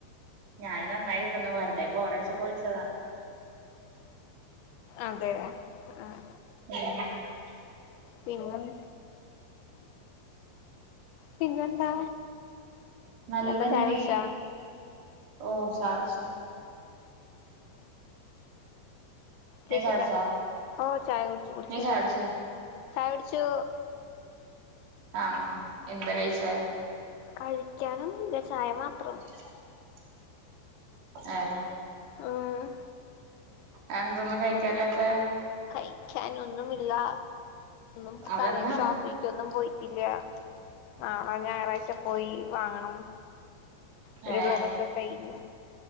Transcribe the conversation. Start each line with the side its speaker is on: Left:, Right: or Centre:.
Right: ഞാനും ന്നായിരിക്കുന്നു വെറുതെ ബോർ അടിച്ചപ്പോ വിളിച്ചതാ
Left: അതെ ആഹ്
Right: <unintelligible>
Left: പിന്നെന്ത് പിന്നെന്താ
Right: നല്ലതെന്നെടീ
Left: എന്താ ചായ കുടിച്ചാ
Right: ഓ ചായകുടിച്ച് ണ്
Left: കേട്ടില്ല
Right: നി ചായ കുടിച്ചോ
Left: ഓ ചായ കുടിച്ചു കുടിച്ചു
Right: നീ ചായ കുടിച്ചോ
Left: ചായ കുടിച്ചു
Right: ആഹ് എന്താ കഴിച്ചെ
Left: കഴിക്കാനൊന്നുല്ല ചായ മാത്രം
Right: <inaudible> ഏഹ്
Left: ഉം
Right: അതെന്താ ഒന്നും കഴിക്കാനില്ലാത്തെ
Left: കഴിക്കാനൊന്നുമില്ല ഒന്നും
Right: അതെന്താ
Left: കട ഷോ ക്കൊന്നും പോയിട്ടില്ല നാളെ ഞായറാഴ്ച പോയി വാങ്ങണം ഇവിടെള്ളതൊക്കെ
Right: ഏഹ്
Left: കഴിഞ്ഞു